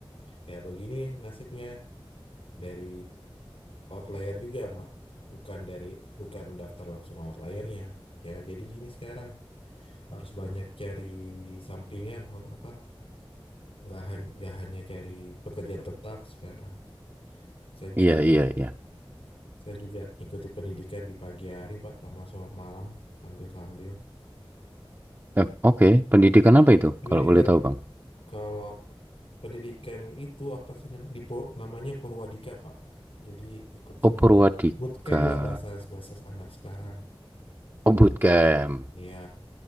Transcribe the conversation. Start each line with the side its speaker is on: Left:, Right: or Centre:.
Left: Ya begini nasibnya. dari outlier juga mak bukan dari bukan daftar langsung outliernya ya jadi gini sekarang harus banyak cari sampingan ho- apa nggak hanya nggak hanya cari pekerjaan tetap sekarang saya juga
Right: Iya iya iya.
Left: saya juga ikuti pendidikan di pagi hari pak sama so malam sambil sambil
Right: Eh, oke, pendidikan apa itu
Left: pendidikan
Right: kalau boleh tahu Bang?
Left: kalau pendidikan itu apa sih namanya di Pur- namanya Purwadika pak jadi ikut
Right: Oh,
Left: semacam
Right: Purwadika.
Left: bootcamp lah bahasa bahasa anak sekarang
Right: Oh, bootcamp.
Left: ya